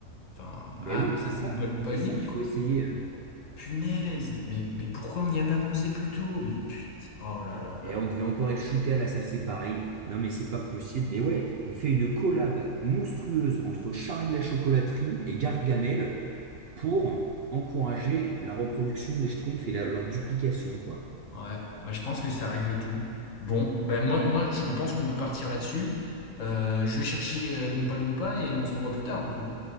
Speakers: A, on the left; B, on the right.
A: Enfin,
B: ben
A: à,
B: oui, mais c'est
A: à
B: ça.
A: l'Oompa Loompa
B: C'est
A: unique,
B: ça qu'il
A: quoi.
B: faut essayer. hein.
A: Punaise, mais, mais pourquoi on n'y a pas pensé plus tôt? Mais putain, oh là là là.
B: Et on devait encore être shooté à la salle séparée. Non, mais c'est pas possible. Mais ouais, on fait une collab monstrueuse entre Charlie la chocolaterie et Gargamel pour encourager la reproduction des schtroumpfs et la- leur duplication, quoi.
A: Ouais, bah, je pense que ça règle tout. Bon, ben moi, moi je pense qu'on peut partir là-dessus. Euh, je vais chercher euh, Loompa Loompa et on se revoit plus tard du coup.